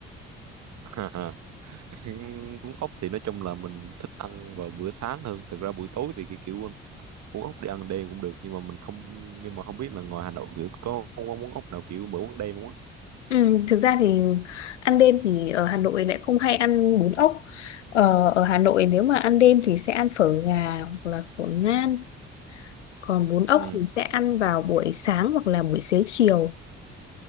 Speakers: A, on the right; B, on the left.
A: <laughs> Ừ, cuốn ốc thì nói chung là mình thích ăn vào bữa sáng hơn thực ra buổi tối thì cái kiểu um, cuốn ốc đi ăn đêm cũng được nhưng mà mình không nhưng mà không biết là ngoài Hà Nội kiểu có có món ốc nào kiểu bữa ăn đêm không á
B: Ừm, thực ra thì ăn đêm thì ở Hà Nội lại không hay ăn bún ốc ờ, ở Hà Nội nếu mà ăn đêm thì sẽ ăn phở gà hoặc là phở ngan còn bún ốc
A: ừ.
B: thì sẽ ăn vào buổi sáng hoặc là buổi xế chiều